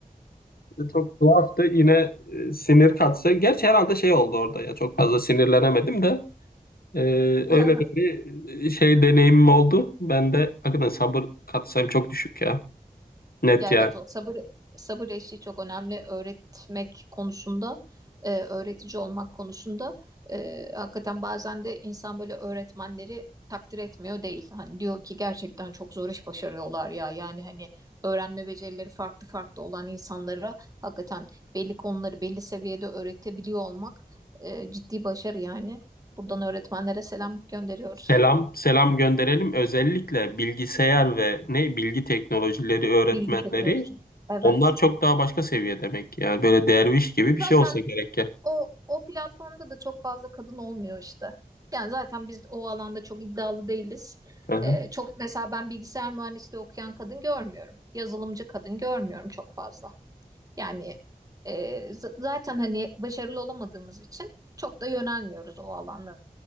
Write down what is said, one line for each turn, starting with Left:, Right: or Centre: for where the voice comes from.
Left: Çok tuhaftı. Yine e, sinir katsa. Gerçi herhalde şey oldu orada ya. Çok fazla sinirlenemedim de. E,
Right: <laughs>
Left: öyle de bir e, şey deneyimim oldu. Ben de hakikaten sabır katsayım çok düşük ya. Net
Right: Ya evet o sabır sabır eşiği çok önemli öğretmek konusunda, e, öğretici olmak konusunda. E, hakikaten bazen de insan böyle öğretmenleri takdir etmiyor değil. Hani diyor ki gerçekten çok zor iş başarıyorlar ya. Yani hani öğrenme becerileri farklı farklı olan insanlara hakikaten belli konuları belli seviyede öğretebiliyor olmak e, ciddi başarı yani. Buradan öğretmenlere selam gönderiyoruz.
Left: Selam, selam gönderelim. Özellikle bilgisayar ve ne bilgi teknolojileri öğretmenleri
Right: Bilgi teknolojisi. Evet.
Left: onlar çok daha başka seviye demek. Yani böyle derviş gibi bir şey
Right: Zaten
Left: olsa gerek ya.
Right: O o platformda da çok fazla kadın olmuyor işte. Yani zaten biz o alanda çok iddialı değiliz.
Left: Hı hı.
Right: Ee, çok mesela ben bilgisayar mühendisliği okuyan kadın görmüyorum. Yazılımcı kadın görmüyorum çok fazla. Yani e, z- zaten hani başarılı olamadığımız için çok da yönelmiyoruz o alanlara